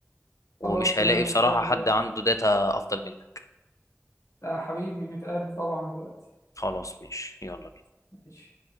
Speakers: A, on the left (about 85°); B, on the left (about 70°).
A: ومش
B: خلاص تمام
A: هلاقي بصراحة
B: نتقابل
A: حد
B: دلوقتي
A: عنده داتا افضل منك
B: يا حبيبي نتقابل طبعا دلوقتي
A: خلاص ماشي يلا بينا
B: ماشي